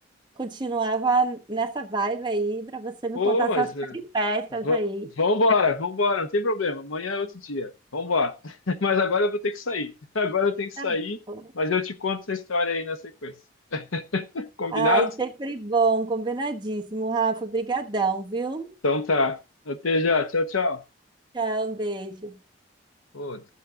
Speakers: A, on the right; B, on the left.
A: continuava nessa vibe aí para você me
B: pô,
A: contar
B: mas
A: suas
B: eh,
A: peripécias
B: va-
A: aí.
B: vambora, vambora, não tem problema. Amanhã é outro dia. Vambora. <laughs> Mas agora eu vou ter que sair. <laughs> Agora eu tenho que
A: Tá
B: sair,
A: bom.
B: mas eu te conto essa história aí na sequência. Combinado?
A: Ai, sempre bom, combinadíssimo, Rafa, brigadão, viu?
B: Então tá. Até já. Tchau, tchau.
A: Tchau, um beijo.
B: Pô,